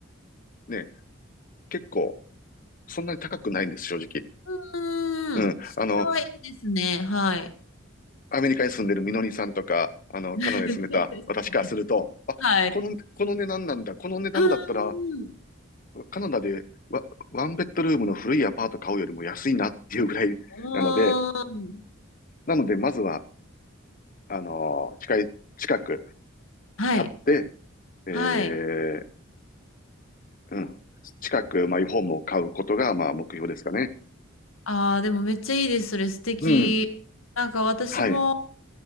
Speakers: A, on the left; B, on the left.
A: ね、結構、そんなに高くないんです、正直。
B: う
A: うん。
B: ーん。それはいいですね。
A: あの、
B: はい。
A: アメリカに住んでるみのりさんとか、あの、
B: <laughs>
A: カナダに住んでた私からすると、
B: そうです
A: あ、
B: はい。
A: この、この値段なんだ。この値段だったら、
B: うーん。
A: カナダでワ、ワンベッドルームの古いアパート買うよりも安いなっていうぐらい
B: うーん。
A: <laughs> なので、なので、まずは、あのー近い、近く
B: はい。
A: 買って、えー、
B: はい。
A: うん、近くマイホームを買うことが、まあ、目標ですかね。
B: ああ、でもめっちゃいいです。それ素敵。
A: うん、
B: なんか私も、
A: はい、